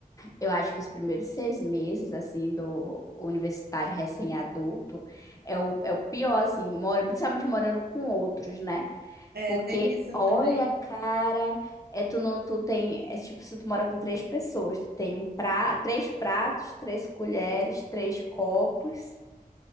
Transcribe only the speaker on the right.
É,
tem isso
também.